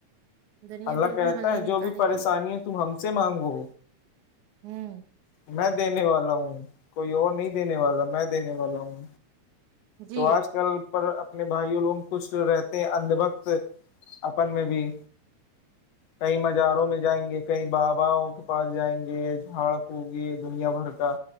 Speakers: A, on the right; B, on the left.
A: دنیا
B: اللہ
A: بالکل
B: کہتا
A: حل نہیں
B: ہے جو
A: نکالے
B: بھی پریشانی
A: گی
B: ہے تم ہم سے مانگو
A: ہوں
B: میں دینے والا ہوں کوئی اور نہیں دینے والا میں دینے والا ہوں
A: جی
B: تو آج کل پر اپنے بھائیوں لوگ کچش رہتے ہیں اندھ بکت اپن میں بھی کئی مزاروں میں جائیں گے کئی بابا کے پاس جائیں گے جھاڑ ہوگی دنیا بھر کا